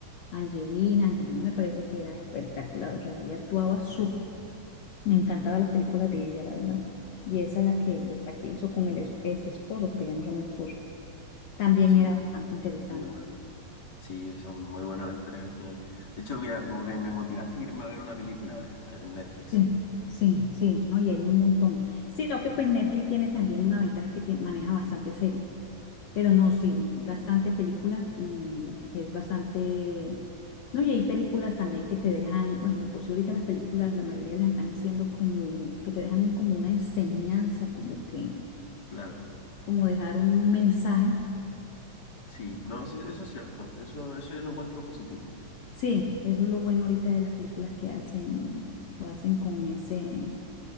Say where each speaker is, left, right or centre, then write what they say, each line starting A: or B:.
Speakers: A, on the left; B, on the left.
A: Angelina, Angelina me parece que era espectacular, o sea, ella actuaba súper
B: sí,
A: me encantaban las películas de ella, la verdad. Y esa es la que,
B: sí,
A: pues, la que hizo con el es- ex esposo, porque ya no son esposos. También
B: sí,
A: era
B: yo
A: bastante interesante.
B: creo que muy bueno. Sí, son muy buenos actores al final. De hecho, mira, como que me motivaste a irme a ver una película ahora en Netflix.
A: Sí, sí, sí, ¿no? Y hay un montón. Sino que, pues, Netflix tiene también una ventaja es que tiene- maneja bastante serie. Pero no, sí,
B: Sí,
A: bastante películas y es bastante... No, y hay películas también que te dejan, bueno, de por sí ahorita las películas, la mayoría las están haciendo como, que te dejan un- como una enseñanza, como que,
B: claro,
A: como dejar un mensaje
B: sí, no, sí, eso es cierto, eso, eso yo lo encuentro positivo.
A: Sí, eso es lo bueno ahorita de las películas que hacen, lo hacen con ese,